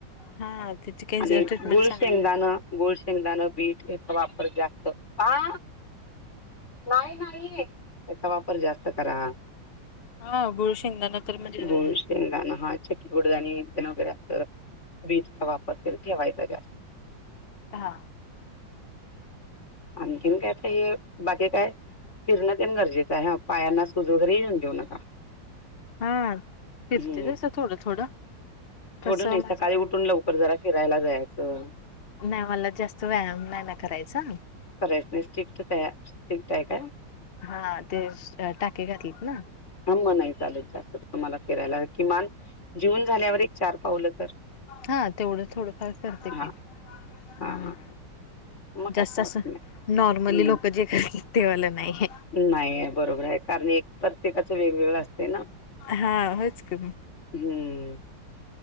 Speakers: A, on the left; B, on the left.
A: हा त्याची काही
B: आणि एक
A: ट्रीटमेंट
B: गुळ
A: चांगली
B: शेंगदाण गुळ, शेंगदाणं, बीट याचा वापर जास्त आ नाही नाही, याचा वापर जास्त करा.
A: हां गुळ शिंगदाणा तर म्हणजे
B: गुळ शेंगदाण हां चक्की गुडदाणी तेन वगैरे असं बीटचा वापर ठेवायचा जास्त.
A: हां
B: आणखीन काय ते ये बाकी काय फिरणं तेन गरजेचं आहे, हां पायांना सूज वगैरे येऊन देऊ नका.
A: हा फिरते
B: हम्म
A: तसं थोडं थोडं
B: थोडं
A: कसं
B: नाही सकाळी
A: माझं
B: उठून लव कर जरा फिरायला जायचं.
A: नाही मला जास्त व्यायाम नाही ना करायचा.
B: करायचं नाही स्ट्रिक्टच आहे स्ट्रिक्ट आहे का?
A: हां ते टाके घातलेत ना
B: हां मग नाही चालत जास्त तुम्हाला फिरायला, किमान जेऊन झाल्यावर एक चार पावलं तर
A: हां तेवढं थोडंफार करते
B: हा
A: की
B: हा
A: हां.
B: हा मग काय
A: जास्त
B: प्रॉब्लेम
A: असं नॉर्मली
B: नाही
A: लोक जे करतात ते वालं नाही.
B: नाहीयें बरोबर आहे कारण एक प्रत्येकाच वेगवेगळं असतंय ना.
A: हा होच की
B: हम्म.